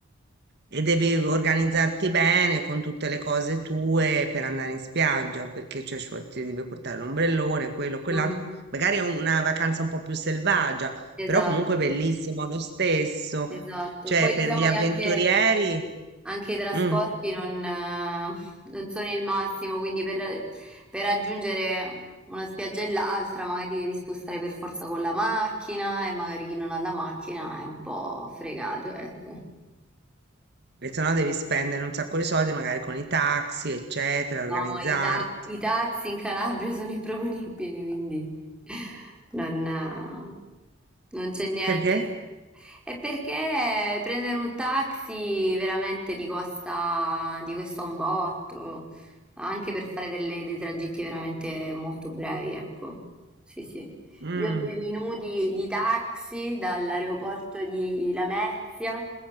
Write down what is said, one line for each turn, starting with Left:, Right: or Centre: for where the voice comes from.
Right: e devi organizzarti bene con tutte le cose tue per andare in spiaggia, perché cioè, ci vuole- ti devi portare l'ombrellone, quello, quell'altro.
Centre: Mhm.
Right: Magari è una vacanza un po' più selvaggia, però
Centre: Esatto,
Right: comunque bellissimo lo stesso.
Centre: esatto.
Right: Cioè,
Centre: Poi diciamo
Right: per gli
Centre: che
Right: avventurieri...
Centre: anche, anche i trasporti
Right: mm.
Centre: non, eh, non sono il massimo, quindi per, per raggiungere una spiaggia e l'altra magari ti devi spostare per forza con la macchina e magari chi non ha la macchina è un po' fregato, ecco.
Right: E se no devi spendere un sacco di soldi, magari con i taxi, eccetera, organizzarti.
Centre: No, i, ta- i taxi in Calabria sono improponibili, quindi non, non c'è niente.
Right: Perché?
Centre: È perché prendere un taxi veramente ti costa, ti costa un botto, anche per fare delle- dei tragitti veramente molto brevi, ecco. Sì, sì.
Right: Mm,
Centre: Io due minuti di taxi dall'aeroporto di Lamezia